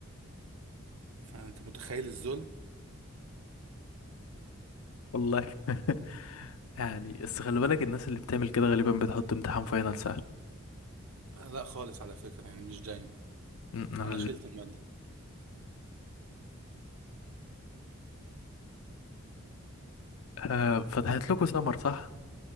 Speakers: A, on the right; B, on the left.
A: فانت متخيل الذل
B: والله <laughs> يعني بس خلي بالك الناس اللي بتعمل كده غالبا بتحط امتحان فاينل سهل
A: آه، لا خالص على فكره يعني مش دايما
B: أمم، انا
A: انا
B: ال-
A: شلت الماده
B: آه، فتحت لكم سمر صح